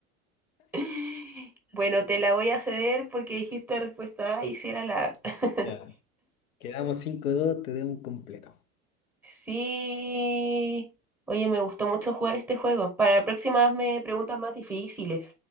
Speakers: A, in the centre; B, on the left (about 75°).
A: <laughs> Bueno, te la voy a ceder porque dijiste respuesta A y si era la A. <laughs>
B: Ya. Quedamos 5-2, te debo un completo.
A: Sí. Oye, me gustó mucho jugar este juego. Para la próxima hazme preguntas más difíciles.